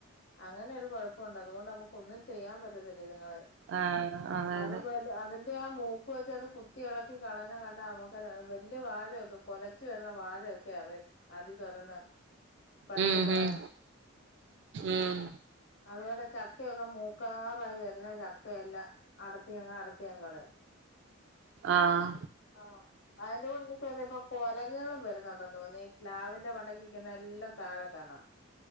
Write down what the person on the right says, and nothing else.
ആഹ് അതെ
അതെ
ഉം
ഉം ഉം
ആഹ